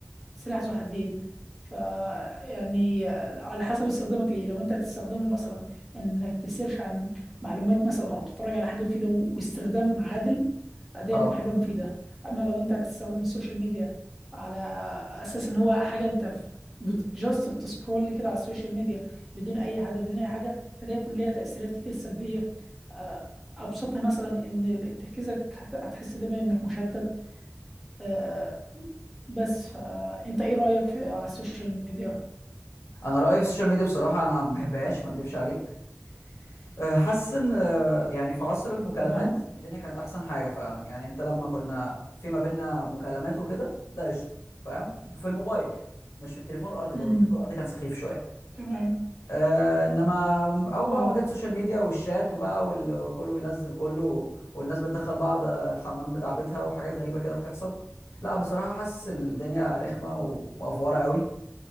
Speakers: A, in the centre; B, on the left.
A: سلاح ذو حدين ف يعني على حسب استخدامك ليه لو انت هتستخدمه مثلا انك تسيرش عن معلومات مثلا او تتفرج على حاجه مفيده واستخدام عادل ده
B: اه
A: يكون حاجه مفيده اما لو انت هتستخدم السوشيال ميديا على اساس ان هو حاجه انت في جاست بتسكرول كده على السوشيال ميديا بدون اي هدف بدون اي حاجه فده يكون ليها تاثيرات كتير سلبيه آه، ابسطها مثلا ان تركيزك هت- هتحس دايما انك مشتت آه، بس فانت ايه رأيك في آه، على السوشيال ميديا
B: انا رايي في السوشيال ميديا بصراحه انا ما بحبهاش ما اكدبش عليك أه، حاسس ان أه، يعني في عصر المكالمات
A: تمام
B: الدنيا كانت احسن حاجه فعلا يعني انت لما كنا في ما بيننا مكالمات وكده ده قشطه فاهم في الموبايل يعني مش في التليفون الارضي برضه
A: امم
B: التليفون الارضي كان سخيف شويه
A: تمام
B: أه انما اول بقى
A: اه
B: ما جت السوشيال ميديا والشات وبقى وال- وكله بينزل كله والناس بتدخل بعض الحمام بتاع بيتها وحاجات غريبه كده بتحصل لا بصراحه حاسس الدنيا رخمه ومقفوره قوي